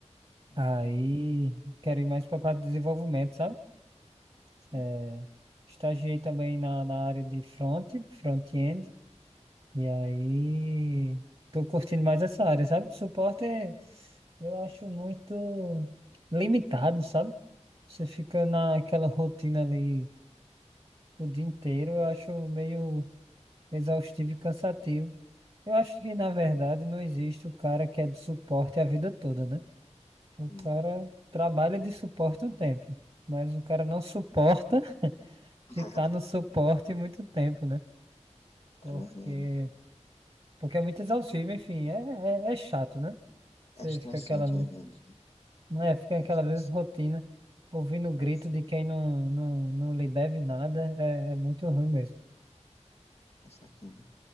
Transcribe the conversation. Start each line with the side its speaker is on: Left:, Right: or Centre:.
Left: Hum,
Right: Aí quero ir mais para a parte de desenvolvimento, sabe?
Left: sim,
Right: É, estagiei também na, na área de front, front-end, e aí tô curtindo mais essa área, sabe? Suporte é- eu acho muito limitado, sabe? Você fica naquela rotina ali o dia inteiro, eu acho meio exaustivo e cansativo. Eu acho que, na verdade, não existe o cara que é de suporte a vida toda, né? O
Left: sim.
Right: cara trabalha de suporte um tempo, mas o cara não suporta <laughs> ficar
Left: <laughs>
Right: no suporte muito tempo, né? Porque,
Left: É verdade.
Right: porque é muito exaustivo, enfim, é, é, é chato, né? Você
Left: É estressante
Right: fica aquela,
Left: às vezes, né?
Right: não é, fica aquela
Left: É estressante,
Right: mesma rotina, ouvindo o
Left: isso,
Right: grito de quem não, não, não lhe deve nada, é, é muito ruim mesmo.
Left: cansativo.